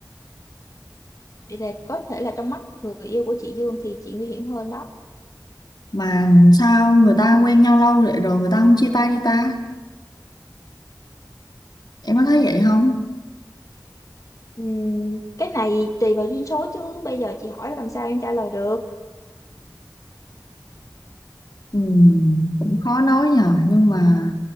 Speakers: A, on the left (about 50°); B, on the left (about 75°).
A: Vậy là có thể là trong mắt người yêu của chị Dương thì chị nguy hiểm hơn đó.
B: mà sao người ta quen nhau lâu vậy rồi người ta không chia tay đi ta em có thấy vậy không
A: Ừm, cái này tùy vào duyên số chứ bây giờ chị hỏi làm sao em trả lời được.
B: ừ, cũng khó nói nhờ nhưng mà